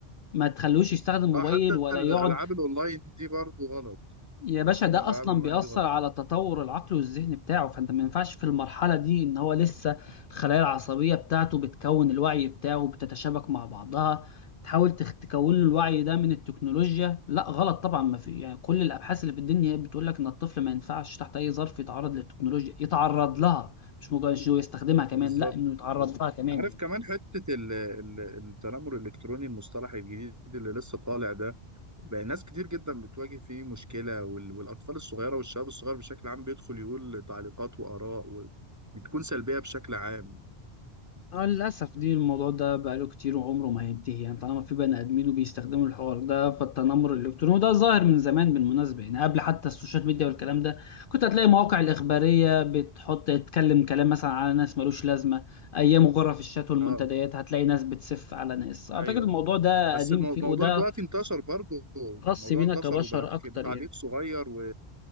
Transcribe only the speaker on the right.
اه حتى
الألعاب
الأونلاين دي برضو غلط
انت
بتشوف
ان الألعاب
الأونلاين
دي غلط
بالظبط
بالظبط
عارف
كمان حتة ال- ال- التنمر الإلكتروني المصطلح الجديد اللي لسه طالع ده بقى ناس كتير جدا بتواجه فيه مشكلة وال- والأطفال الصغيرة والشباب الصغير بشكل عام بيدخل يقول تعليقات وآراء و- بتكون سلبية بشكل عام
اه
ايوه
ايوه
بس
المو-
الموضوع
دلوقتي انتشر برضه
الموضوع
انتشر
وبقى بك-
بتعليق
صغير و...